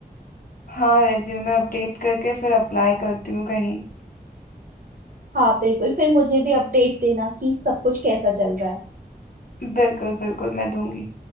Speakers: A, on the left (about 60°); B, on the right (about 60°).
A: हाँ रेज्यूमे अपडेट करके फिर अप्लाई करती हूँ कहीं
B: हाँ बिल्कुल फिर मुझे भी अपडेट देना कि सब कुछ कैसा चल रहा है
A: बिल्कुल बिल्कुल मैं दूंगी